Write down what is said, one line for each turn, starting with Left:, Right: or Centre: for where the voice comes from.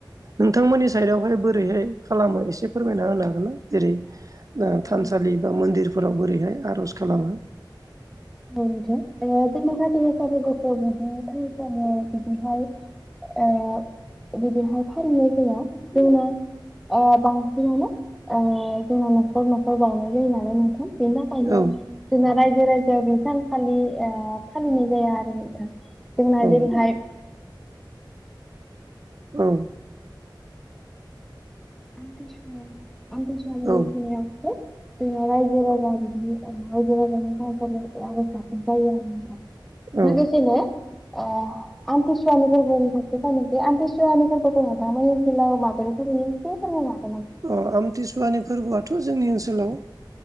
Right: नोंथांमोननि साइदआवहाय बोरैहाय खालामो एसे फोरमायना होनो हागोन ना जेरै ओ थानसालि
Centre: औ
Right: बा मन्दिरफोराव बोरैहाय आर'ज खालामो?
Centre: औ नोंथां जोंनि काति गासा फोरबोखौ बिदिनो <unintelligible> बिदिहाय ओ बिदिहाय फालियो जोङो जोंना ओ बांसिनानो ओ जोंना न'खर न'खर बावनाय जायो नालाय नोंथां। बेनि थाखायनो
Right: औ
Centre: जोंना रायजो राजाया बै सानखालि ओ फालिनाय जाया आरो नोंथां जोंना
Right: औ
Centre: जेरैहाय
Right: औ
Centre: आमथि सुवा आमथि सुवानि
Right: औ
Centre: <inaudible> सो जोंना रायजो राजा आरो रायजो राजानि थानसालियाव आर'ज गाबनाय जायो आरो नोंथां।
Right: औ
Centre: लोगोसेनो ओ आमथिसुवानि फोरबोनि फारसे फानोसै आमथिसुवानि फोरबोखौ नोंथांमोनि ओनोलाव माबोरै फालियो? एसे फोरमायना
Right: अ आमथिसुवानि फोरबोआथ' जोंनि ओनसोलाव